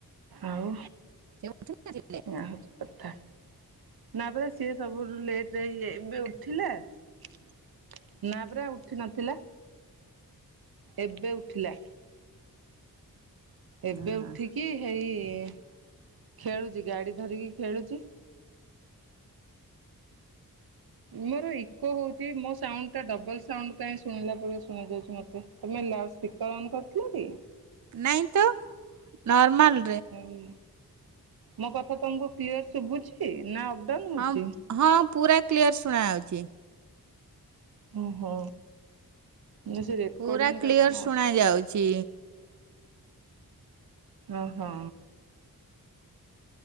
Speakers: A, on the right; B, on the right.
A: ଆଉ
B: <inaudible>
A: ଏୟା ହଉଛି କଥା। ନା ପରା ସିଏ ସବୁଠୁ ଲେଟ୍ ରେ ଇଏ ଏବେ ଉଠିଲା। ନା ପରା ଉଠି ନଥିଲା। ଏବେ ଉଠିଲା। ଏବେ
B: ହଁ।
A: ଉଠିକି ହେଇ ଏ ଖେଳୁଚି ଗାଡି ଧରିକି ଖେଳୁଚି। ମୋର ଇକୋ ହଉଚି। ମୋ ସାଉଣ୍ଡ ଟା ଡବଲ୍ ସାଉଣ୍ଡ କାଇଁ ଶୁଣିଲା ଭଳିଆ ଶୁଣା ଯାଉଛି ମୋତେ। ତୋମେ ଲାଉଡ୍ ସ୍ପିକର୍ ଅନ୍ କରିଥିଲ କି?
B: ନାଇଁ ତ ନର୍ମାଲ୍।
A: ଏଇ ମୋ କଥା ତୋମକୁ କ୍ଲିୟର୍ ଶୁଭୁଛି ନା ହଉଛି?
B: ହଁ, ହଁ ପୁରା କ୍ଲିୟର ଶୁଣା ଯାଉଛି।
A: ଓ ହୋ ନା ସେ ରେକର୍ଡିଙ୍ଗ
B: ପୁରା କ୍ଲିୟର
A: ଟା କଣ
B: ଶୁଣା
A: ଅସୁବିଧା।
B: ଯାଉଛି।
A: ଓହୋ!